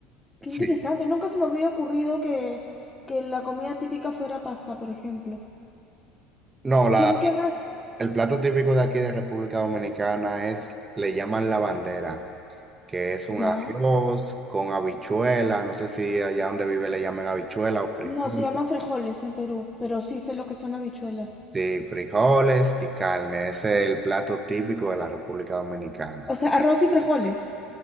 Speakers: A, on the left (about 15°); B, on the right (about 20°).
A: Qué
B: Sí.
A: interesante, nunca se me hubiera ocurrido que, que la comida típica fuera pasta, por ejemplo.
B: No, la,
A: ¿Qué, qué más?
B: el plato típico de aquí de República Dominicana es, le llaman la bandera, que es un
A: Ya.
B: arroz con habichuela, no sé si allá donde vive le llaman habichuela o frijol.
A: No, se llaman frijoles en Perú, pero sí sé lo que son habichuelas.
B: Sí, frijoles y carne, ese es el plato típico de la República Dominicana.
A: O sea, arroz y frijoles.